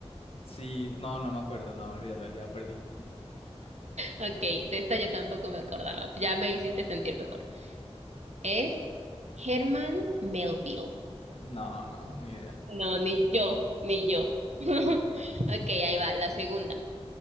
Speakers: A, on the left (about 60°); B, on the right (about 80°).
A: Sí, no, no me acuerdo. No, olvídalo, ya perdí.
B: Ok, de esta yo tampoco me acordaba, ya me hiciste sentir mejor. Es Herman Melville.
A: No, no, ni idea.
B: No, ni yo, ni yo. <laughs> Ok, ahí va, la segunda.